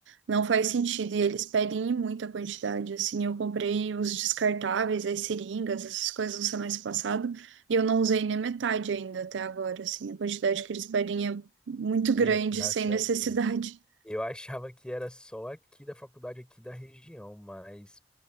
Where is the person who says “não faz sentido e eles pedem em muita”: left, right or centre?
Right